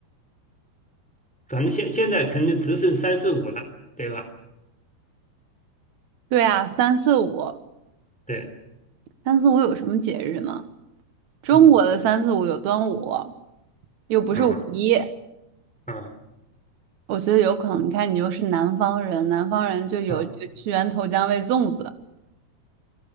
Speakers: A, in the centre; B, on the right.
A: 反正现现在肯定只剩三四五了，对吧？
B: 对啊，三四五，
A: 对，
B: 三四五有什么节日呢？中国的三四五有端午，
A: 嗯
B: 又不是五一。
A: 啊啊
B: 我觉得有可能。你看，你又是南方人，南方人就有这个屈原投江喂粽子。
A: 啊，